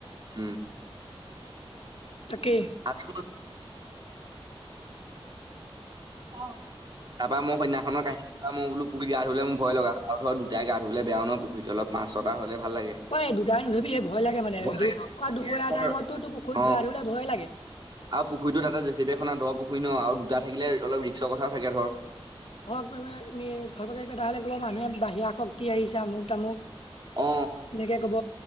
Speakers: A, on the right (about 45°); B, on the left (about 75°).
A: উম।
B: তাকেই
A: আজি অ <inaudible> তাপা মই সেইদিনাখনৰ কাহি মই বোলো পুখুৰীত গা ধুবলে ভয় লগা, আৰু ধৰ দুটাই গা ধুবলে বেয়া ন পুখুৰীত অলপ পাছ ছটা হলে ভাল লাগে
B: অ দুটাই নুধুবি ভয় লাগে মানে
A: ভয়
B: আৰু দুপৰীয়া
A: ধৰ
B: টাইমতটো তোক পুখুৰীত
A: অ
B: গা ধুুলে ভয় ভয় লাগে।
A: আৰু পুখুৰীটো তাতে জেচিপি এ খনা দহ পুখুৰী ন আৰু দুটা থাকিলে অলপ ৰিক্সৰ কথাও থাকে ধৰ।
B: আমি ঘৰ কটা হলে ক'ব মানুহে বাহিৰা শক্তি আহিছে আমুক -তামুক।
A: অ।
B: এনেকে কব।